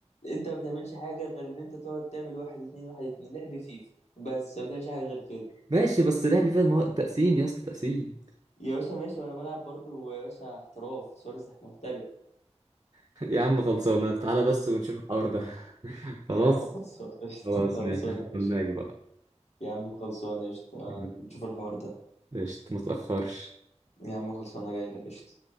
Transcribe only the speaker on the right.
ماشي بس لعبي فاهم هو تقسيم يا اسطى تقسيم
<laughs> يا عم خلصانه تعالى بس ونشوف الحوار ده <laughs> خلاص
خلاص
ماشي
هناك بقى
<laughs>
قشطة ما تأخرش